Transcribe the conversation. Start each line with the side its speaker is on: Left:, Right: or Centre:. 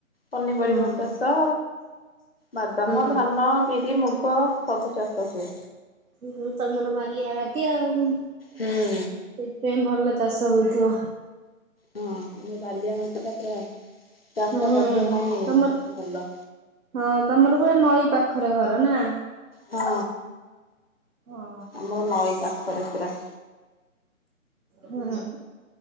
Left: ପନିପରିବା
Right: ହଁ
Left: ଚାଷ ବାଦାମ,
Right: ହଁ।
Left: ଧାନ, ବିରି, ମୁଗ। ସବୁ ଚାଷ ହୁଏ।
Right: ହୁଁ ତମର ବାଲିଆ ମାଟି ଆଉ।
Left: ହୁଁ।
Right: ସେଇଥିପେଇଁ ଭଲ ଚାଷ ହଉଥିବ।
Left: ହଁ ଆମ ବାଲିଆ ମାଟି ଟା ପୁରା ଚାଷ
Right: ହୁଁ
Left: କାର୍ଯ୍ୟ ପାଇଁ
Right: ତମର
Left: ଭଲ।
Right: ହଁ ତମର ପୁରା ନଈ ପାଖରେ ଘର ନା?
Left: ହଁ
Right: ହଁ
Left: ଆମର ନଈ ପାଖରେ ପୁରା।
Right: ହୁଁ।